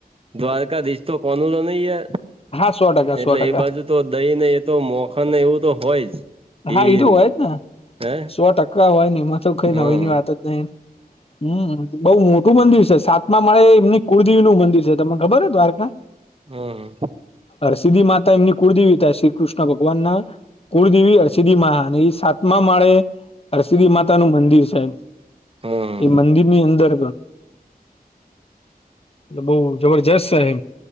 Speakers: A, on the right; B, on the left.
A: દ્વારકાધીશ તો કોનોલો ન હ.
B: હા શો ટકા.
A: એટલે
B: સો ટકા
A: એ બાજુ તો દહી ને એ તો મોખન ને એવું તો હોય જ. કીન
B: હા એ તો હોય જ ને,
A: હે
B: સો ટકા હોય ને એમાં તો કઈ
A: હા
B: નવી ની વાત જ નઈ. હમ બઉુ મોટું મંદિર છે સાતમામાં મળે એમની કુળદેવી નું મંદિર છે તમને ખબર હ દ્વારકા હ?
A: હા
B: અરસિદી માતા એમની કુળદેવીતા શ્રી કૃષ્ણ ભગવાનના, કુળદેવી અ અરસિદ્મા અને એ સાતમા માળે અરસિદ્ધિ માતા નું મંદિર છે,
A: હા
B: એ હીની અંદર એ બહ જબરજસ્ત છેહે